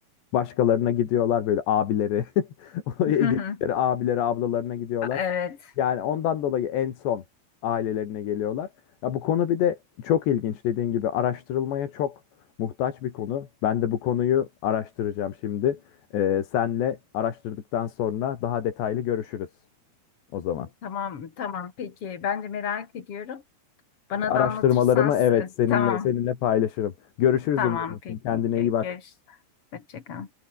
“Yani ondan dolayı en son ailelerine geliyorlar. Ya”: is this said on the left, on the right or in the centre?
Left